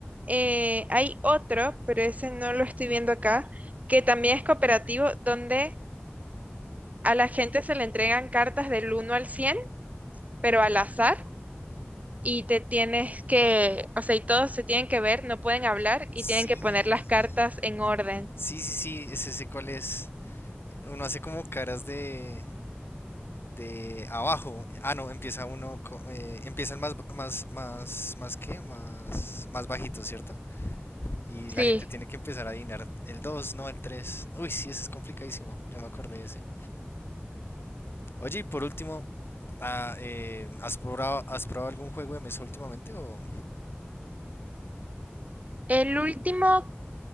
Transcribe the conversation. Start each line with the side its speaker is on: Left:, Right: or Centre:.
Right: eh, hay otro, pero ese no lo estoy viendo acá, que también es cooperativo, donde a la gente se le entregan cartas del uno al cien pero al azar.
Left: Ujú.
Right: y te tienes que, o sea, y todos se tienen que ver, no pueden hablar y
Left: Sí.
Right: tienen que poner las cartas en orden.
Left: Sí, sí, sí, ese sé cuál es. Uno hace como caras de, de abajo. Ah, no, empieza uno, co- eh, empiezan más, más, más, más qué, más, más bajito, ¿cierto? Y
Right: Sí,
Left: la gente tiene que empezar a adivinar el 2, no el 3. Uy, sí, ese es complicadísimo, ya me acordé de ese. Oye, y por último, ah, eh, ¿has probado, has probado algún juego de mesa últimamente o...?
Right: el último,